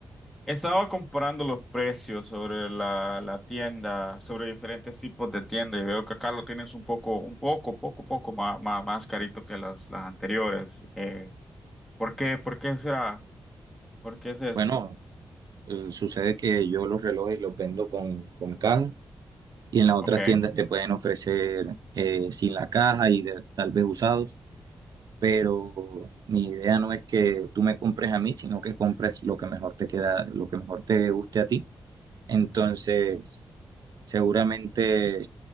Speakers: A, in the centre; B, on the right.
A: Estaba comparando los precios sobre la, la tienda, sobre diferentes tipos de tienda y veo que acá lo tienes un poco, un poco, poco, poco más, más, más carito que las, las anteriores. Eh, ¿por qué? ¿Por qué será? ¿Por qué es eso?
B: Bueno, eh, sucede que yo los relojes los vendo con, con caja y en las otras
A: Ok,
B: tiendas te pueden ofrecer eh, sin la caja y de- tal vez usados. pero mi idea no es que tú me compres a mí, sino que compres lo que mejor te queda, lo que mejor te guste a ti. Entonces, seguramente